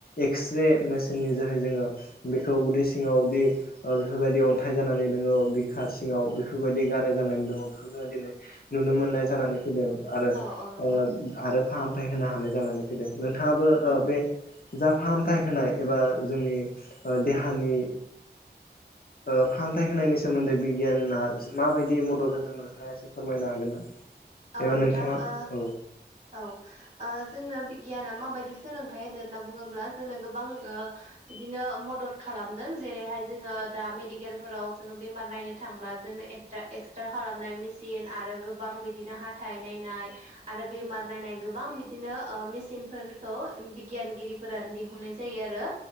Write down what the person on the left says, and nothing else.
एक्स रे मेसिननि जोहै जोङो बेखौ उदै सिङावदि ओ बेफोरबायदि अन्थाइ जायो जानानै दङ बिखा सिङाव बेफोरबायदि गाराय जानानै दङ बेखौ जोङो दिनै नुनो मोननाय जानानै फैदों आरो
ओ आरो फाहामथाय होनो हानाय जानानै फैदों नोंथाङाबो
ओ बे जा फाहामथाय होनाय एबा जोंनि ओ देहानि
ओ फाहामथाय होनायनि सोमोन्दै बिगियाना माबायदि मदद होदों नोंथिंआ एसे फोरमायनो हागोन ना
एबा
नोंथाङा
औ